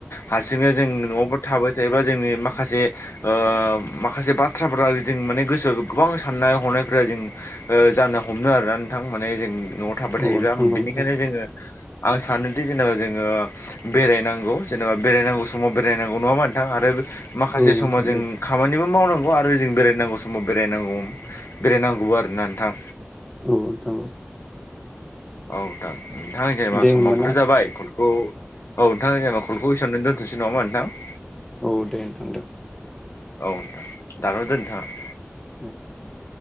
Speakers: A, on the left; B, in the centre.
A: हारसिंनो जों न'आवबो थाबाय थायोबा जोंनि माखासे ओ माखासे बाथ्राफ्रा जों माने गोसोआव गोबां साननाय हनायफोरा जों जानो हमनो आरोना नोंथां माने जों न'आव थाबाय
B: नोंथां
A: थायोबा
B: औ नोंथां
A: बिनिखायनो
B: औ औ
A: जोङो आं सानोदि जेनेबा जोङो बेरायनां गौ जेनेबा बेरायनांगौ समाव बेरायनांगौ नङाबा नोंथां आरो माखासे
B: औ
A: समाव
B: नोंथां
A: जों
B: औ
A: खामानिबो मावनांगौ आरो आरो जों बेरायनांगौ समाव बेरायनांगौ बेरायनांगौबो आरोना नोंथां।
B: औ नोंथां औ।
A: औ नोंथां नोंथां जेनेबा
B: दे
A: समावथ'
B: होमबा ना
A: जाबाय कलखौ औ नोंथां जेनेबा कल कइसननानै दोनथ'सै नङा होमबा नोंथां।
B: औ दे नोंथांदो
A: औ नोंथां दान' दोन नोंथाङा।
B: द <unintelligible>